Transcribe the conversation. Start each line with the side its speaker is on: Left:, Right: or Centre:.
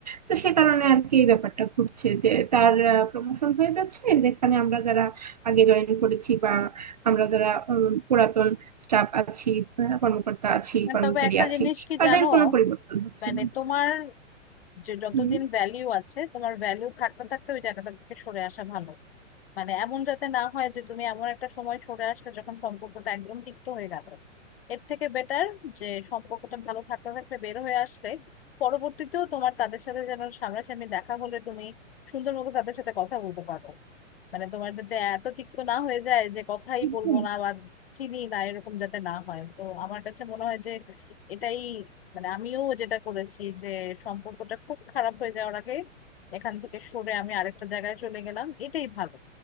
Right: তো সে কারণে আর কি এই ব্যাপারটা ঘটছে যে তার প্রমোশন হয়ে যাচ্ছে যেখানে আমরা যারা আগে জয়েন করেছি বা আমরা যারা উম, পুরাতন স্টাফ আছি আহ, কর্মকর্তা আছি কর্মচারী
Left: তবে একটা
Right: আছি
Left: জিনিস কি
Right: তাদের
Left: জানো
Right: কোনো পরিবর্তন হচ্ছে
Left: মানে
Right: না
Left: তোমার যে যতদিন
Right: হুম
Left: ভ্যালিউ আছে তোমার ভ্যালিউ থাকতে থাকতে ওই জায়গাটা থেকে সরে আসা ভালো মানে এমন যাতে না হয় যে তুমি এমন একটা সময় সরে আসলে যখন সম্পর্কটা একদম তিক্ত হয়ে গেল এর থেকে বেটার যে সম্পর্কটা ভালো থাকতে থাকতে বের হয়ে আসলে পরবর্তীতেও তোমার তাদের সাথে যেন সামনাসামনি দেখা হলে তুমি সুন্দর মতো তাদের সাথে কথা বলতে পারো মানে তোমার যাতে এত তিক্ত না হয়ে যায় যে কথাই বলবো
Right: হুম।
Left: না বা চিনি না এরকম যাতে না হয় তো আমার কাছে মনে হয় যে এটাই মানে আমিও যেটা করেছি যে সম্পর্কটা খুব খারাপ হয়ে যাওয়ার আগে এখান থেকে সরে আমি আরেকটা জায়গায় চলে গেলাম এটাই ভালো